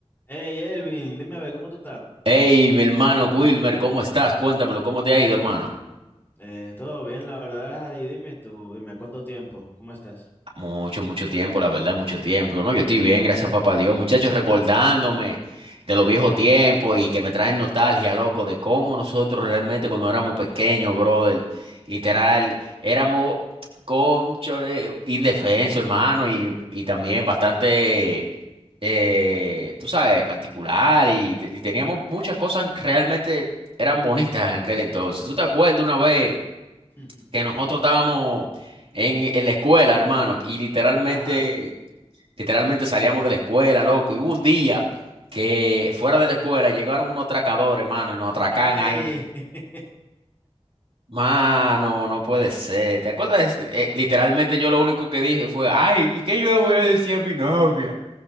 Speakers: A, on the left; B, on the right.
A: Hey Elvin, dime a ver, ¿cómo tú estás?
B: Hey, mi hermano Wilmer, ¿cómo estás? Cuéntamelo, ¿cómo te ha ido, hermano?
A: Eh, todo bien, la verdad, y dime tú, dime, ¿cuánto tiempo? ¿Cómo estás?
B: Mucho, mucho tiempo, la verdad, mucho tiempo. No, yo estoy bien, gracias papá Dios. Muchachos, recordándome de los viejos tiempos y que me traen nostalgia, loco, de cómo nosotros realmente cuando éramos pequeños, brother, literal, éramos cónchale, indefensos, hermano, y, y también bastante, eh, tú sabes, particular y, te- y teníamos muchas cosas que realmente eran bonitas en aquel entonces. ¿Tú te acuerdas una vez?
A: <laughs>
B: que nosotros estábamos en, en la escuela, hermano, y literalmente,
A: Ajá.
B: literalmente salíamos de la escuela, loco, y hubo un día que fuera de la escuela llegaron unos atracadores, hermano, y nos atracan
A: Ay,
B: ahí.
A: <laughs>
B: Mano, no puede ser. ¿Te acuerdas? Eh, literalmente yo lo único que dije fue, ay, ¿y qué yo le voy a decir a mi novia?